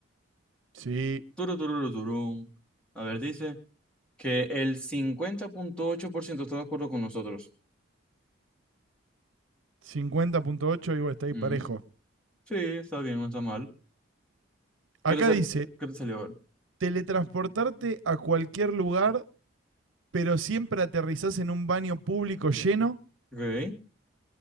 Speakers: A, on the right; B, in the centre.
A: sí.
B: Turu, tururu, turún. A ver, dice que el cincuenta punto ocho por ciento está de acuerdo con nosotros.
A: cincuenta punto ocho digo, está ahí
B: Mm,
A: parejo.
B: sí, está bien, no está mal.
A: Acá
B: ¿Qué te sal-
A: dice,
B: qué te salió? A
A: teletransportarte a cualquier lugar, pero siempre aterrizás en un baño público lleno,
B: Ok.